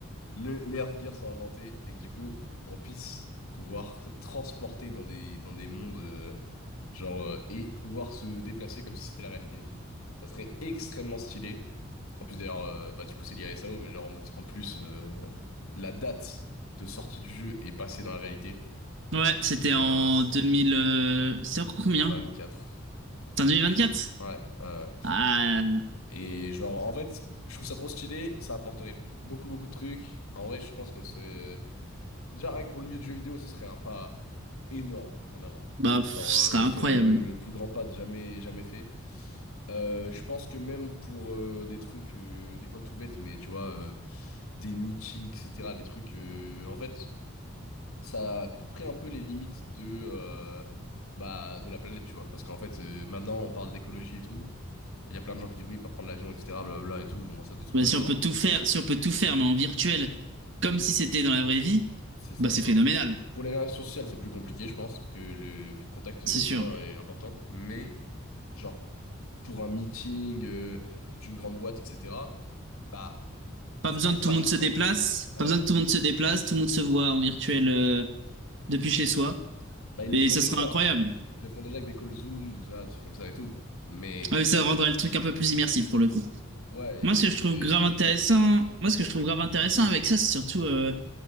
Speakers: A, on the left (about 80°); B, on the right (about 55°).
A: le Nerf Gear soit inventé et que du coup, on puisse pouvoir se transporter dans des, dans des mondes, euh, genre, euh, et pouvoir se déplacer comme si c'était la réalité. Ça serait extrêmement stylé. En plus, d'ailleurs, euh, bah, du coup, c'est lié à SAO, mais genre, en mode- en plus, euh, la date de sortie du jeu est passée dans la réalité.
B: Ouais, c'était
A: C'était
B: en
A: un
B: 2000. euh, C'était en combien?
A: 24.
B: C'était en 2024?
A: Ouais, ouais. ouais.
B: Ah,
A: Et genre, en fait, je trouve ça trop stylé, ça apporterait beaucoup, beaucoup de trucs. En vrai, je pense que c'est... Déjà, rien que pour le milieu de jeu vidéo, ce serait un pas énorme en avant.
B: bah, pff,
A: Genre,
B: ce
A: euh,
B: serait
A: ça serait
B: incroyable.
A: le, le plus grand pas de jamais, jamais fait. Euh, je pense que même pour euh, des trucs, euh, des fois tout bêtes, mais tu vois, euh, des meetings, etc., des trucs. euh, en fait, ça couperait un peu les limites de, euh, bah, de la planète, tu vois. Parce qu'en fait, euh, maintenant, on parle d'écologie et tout. Il y a plein de gens qui disent oui, pas prendre l'avion, etc., blablabla et tout. On voit ça des trucs
B: Bah,
A: tous
B: si
A: les jours.
B: on peut tout faire, si on peut tout faire, mais en virtuel, comme si c'était dans la vraie vie,
A: C'est ça,
B: bah, c'est
A: tu
B: phénoménal,
A: vois. Pour les relations sociales, c'est plus compliqué, je pense, que le contact humain
B: c'est sûr.
A: est important. Mais, genre, pour un meeting euh, d'une grande boîte, etc., bah,
B: Pas
A: ça
B: besoin
A: serait
B: que
A: pas
B: tout le
A: choquant,
B: monde se déplace,
A: tu vois. Bah
B: pas besoin
A: ouais.
B: que tout le monde se déplace, tout le monde se voit en virtuel, euh, depuis chez soi.
A: Bah, ils
B: Et
A: le font
B: ça
A: déjà.
B: serait incroyable.
A: Ils le font déjà avec des calls Zoom, tout ça, des trucs comme ça et tout. Mais,
B: Ah, mais ça rendrait le truc un peu plus immersif pour le coup.
A: ouais,
B: Moi,
A: et puis
B: ce
A: ça
B: que je
A: serait
B: trouve grave
A: bien
B: intéressant,
A: mieux, quoi.
B: moi, ce que je trouve grave intéressant avec ça, c'est surtout, euh,